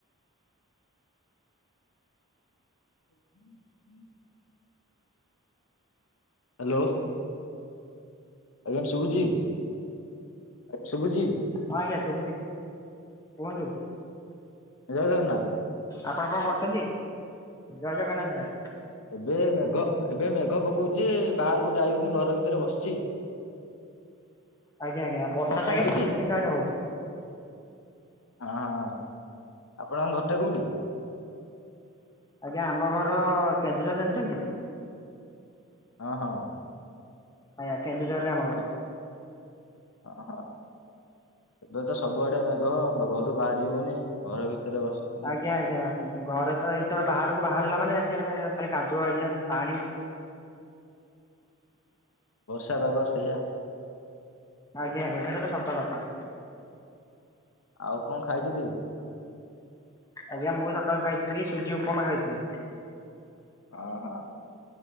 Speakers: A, on the left (about 75°); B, on the left (about 15°).
A: <unintelligible> ହାଲୋ ଆଜ୍ଞା ଶୁଭୁଛି, ଆଜ୍ଞା ଶୁଭୁଛି?
B: ହଁ ଆଜ୍ଞା ଶୁଭୁଛି କୁହନ୍ତୁ?
A: ଜୟ ଜଗନ୍ନାଥ।
B: ଆପଣ କଣ କରୁଛନ୍ତି? ଜୟ ଜଗନ୍ନାଥ ଭାଇ।
A: ଏବେ ମେଘ ଏବେ ମେଘ ପକଉଛି, ଯେ ବାହାରକୁ ଯାଇହଉନି। ଘର ଭିତରେ ବସିଛି।
B: ଆଜ୍ଞା ଆଜ୍ଞା,
A: ଆପଣ
B: ବର୍ଷା ତ
A: ଖାଇଛନ୍ତି
B: ଆଜ୍ଞା ସମସ୍ତିଙ୍କ ଆଡେ ହଉଛି।
A: ହଁ ହଁ, ଆପଣଙ୍କ ଘରଟା କୋଉଠି?
B: ଆଜ୍ଞା, ଆମ ଘର କେନ୍ଦୁଝର ଜାଣିଛନ୍ତି?
A: ହଁ ହଁ
B: ଆଜ୍ଞା କେନ୍ଦୁଝରରେ ଆମ ଘର।
A: <unintelligible> ଏବେ ତ ସବୁଆଡେ ମେଘ, ଘରୁ ବାହାରିହଉନି। ଘର ଭିତରେ ବସି
B: ଆଜ୍ଞା ଆଜ୍ଞା, ଘରେ ତ ଏଇତ ବାହାରକୁ ବାହାରିଲା ମାନେ, ଆଜ୍ଞା ଖାଲି କାଦୁଅ ଆଜ୍ଞା ପାଣି
A: ବର୍ଷା ପାଗ ସେଇଆ।
B: ଆଜ୍ଞା ଆଜ୍ଞା ସେଟାତ ସତକଥା।
A: ଆଉ କଣ ଖାଇଛୁ ଦି
B: ଆଜ୍ଞା, ମୁଁ ସକାଳୁ ଖାଇଥିଲି ସୁଜି ଉପମା ଖାଇଥିଲି।
A: ହଁ ହଁ,